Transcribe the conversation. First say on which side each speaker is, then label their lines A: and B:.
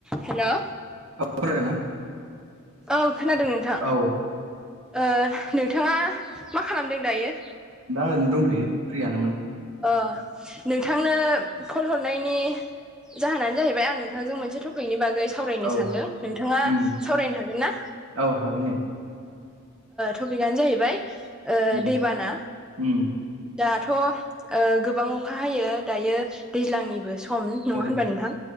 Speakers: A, in the centre; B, on the right (about 75°).
A: हेलौ
B: <unintelligible>
A: औ खोनादों नोंथां
B: औ
A: ओ नोंथाङा मा खालामदों दायो?
B: दा ओरैनो दंथ'यो फ्रियानोमोन
A: अ नोंथांनो कल हरनायनि जाहोनानो जाहैबाय आं नोंथांजों मोनसे टपिकनि बागै सावरायनो
B: औ
A: सानदों नोंथांङा
B: उम
A: सावरायनो हागोन ना?
B: औ हागोन दे
A: टपिकआनो जाहैबाय
B: उम
A: दैबाना
B: उम
A: दाथ' ओ गोबां अखा हायो दायो दैज्लांनिबो सम नंङा
B: औ
A: होनबा नोंथां